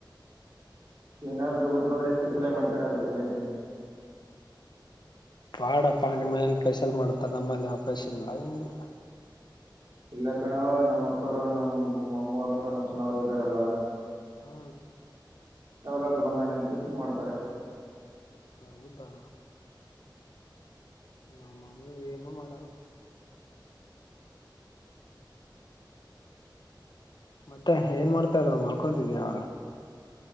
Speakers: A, on the right (about 50°); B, on the left (about 60°).
A: ಏನಾದ್ರೂ ಊರಿಗ ಬಂದ್ರೆ ಸ್ಪೆಷಲೈ ಮಾಡ್ತಾರೆ ಅದಕ್ಕೆ ಬಂದಿದ್ದೀನಿ.
B: ಪಾಡಪ್ಪಾ ನಿಮ್ಮ ಮನಲಿ ಸ್ಪೆಷಲ್ ಮಾಡತಾರ ನಮ್ಮಲ್ಲಿ ಆ ಸ್ಪೆಷಲ್ ಇಲ್ಲ ಏನಿಲ್ಲ.
A: ಇಲ್ಲ ಕಣೋ ನಮ್ಮ ಅಕ್ಕವರು ನಮ್ ಅಮ್ಮವರು ನಮ್ಮ್ ಸಣ್ಣವರು ಇದ್ದಾರೆಲ್ಲ.
B: ಹ್ಮ.
A: ಯಾವಾಗಾದ್ರರು ಬಂದಾಗ ನಮ್ ತಿತಿ ಮಾಡ್ತಾರೆ.
B: ಹೌದಾ. ನಮ್ಮ ಮನೇಲಿ ಏನುೂ ಮಾಡಲ್ಲ. ಮತ್ತೆ ಏನ್ ಮಾಡ್ತಾರೋ ಮಲ್ಕೊತಿದಿಯಾ.